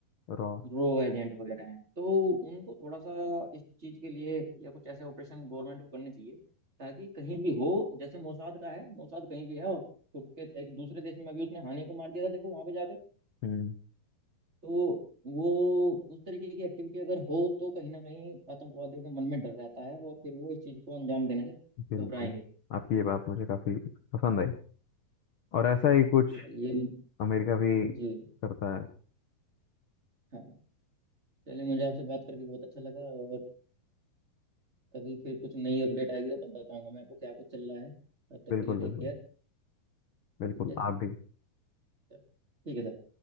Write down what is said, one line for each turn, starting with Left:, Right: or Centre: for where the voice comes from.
Left: रॉ
Right: रो एजेंट वगैरह हैं तो उनको थोड़ा सा इस चीज़ के लिए या कुछ ऐसे ऑपरेशन गवर्नमेंट को करने चाहिए ताकि कहीं भी हो जैसे मोसाद का है मोसाद कहीं भी है और छुप के एक दूसरे देश में अभी उसने हानि को मार दिया था देखो वहां पे जाके
Left: हम्म
Right: तो वो उस तरीके की एक्टिविटी अगर हो तो कहीं ना कहीं आतंकवादियों के मन में डर रहता है और फिर वो इस चीज़ को अंजाम देने से
Left: बिल्कुल
Right: घबराएंगे
Left: आपकी ये बात मुझे काफी पसंद आई और ऐसा ही कुछ
Right: चलिए
Left: अमेरिका भी
Right: जी
Left: करता है
Right: हाँ चलिए मुझे आपसे बात करके बहुत अच्छा लगा और कभी फिर कुछ नई अपडेट आएगी तो तब बताऊंगा मैं आपको क्या कुछ चल रहा है तब तक
Left: बिल्कुल
Right: के लिए टेक
Left: बिल्कुल
Right: केयर
Left: बिल्कुल
Right: ठीक है
Left: आप भी
Right: ठीक है सर